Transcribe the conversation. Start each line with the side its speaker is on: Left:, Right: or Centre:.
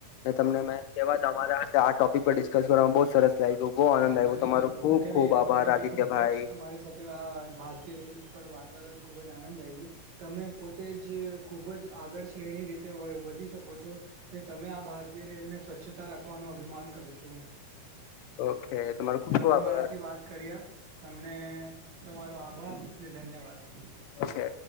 Left: અને તમને મેં કેવા તમારા આ ટોપિક પર ડિસ્કસ કરવામાં બઉ સરસ લાગ્યું બહુ આનંદ આવ્યો
Right: મને
Left: તમારો
Right: બી
Left: ખુબ
Right: મને બી
Left: ખુબ આભાર
Right: મને
Left: આદિત્યભાઈ
Right: બી ખુબ જ તમારી સાથે આ ભારતીય રેલ ઉપર વાત કરવાની ખૂબ જ આનંદ આયવો તમે પોતે જ ખૂબ જ આગળ શ્રેણી રીતે વધી શકો છો તમે આ ભારતીય રેલને સ્વચ્છતા રાખવાનો અભિમાન કરું છું હું.
Left: ઓકે તમારો ખુબ
Right: તમે
Left: ખુબ આભાર
Right: મારાથી વાત કર્યા તમને તમારો આભાર ને ધન્યવાદ. <inaudible>
Left: ઓકે